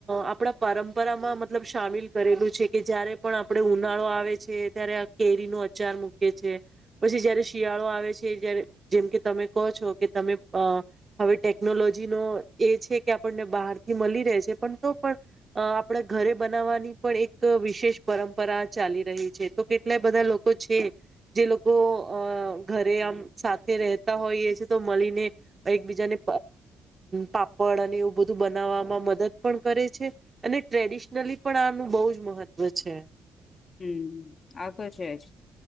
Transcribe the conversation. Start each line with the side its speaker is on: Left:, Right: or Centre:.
Right: આપણા પરંપરામાં મતલબ સામેલ કરેલું છે કે જયારે પણ આપણે ઉનાળો આવે છે ત્યારે આ કેરીનોો અચાર મૂકે છે પછી જયારે શિયાળો આવે છે જ્યારે. જેમ કે તમે કહો છો કે તમે હવે ટેકનોલોજીનો એ છે કે આપણને બહારથી મળી રહે છે પણ તો પણ આપણા ઘરે બનાવવાની પણ એક વિશેષ પરંપરા ચાલી રહી છે તો કેટલાય બધા લોકો છે જે લોકો અ ઘરે આમ. સાથે રહેતા હોયએ છે તો મળીને એકબીજાને પાપડ અને એવું બધું બનાવવામાં મદદ પણ કરે છે અને ટ્રેડિશનલી પણ આનું બહુ જ મહત્વ છે.
Left: હમ આ તો છે જ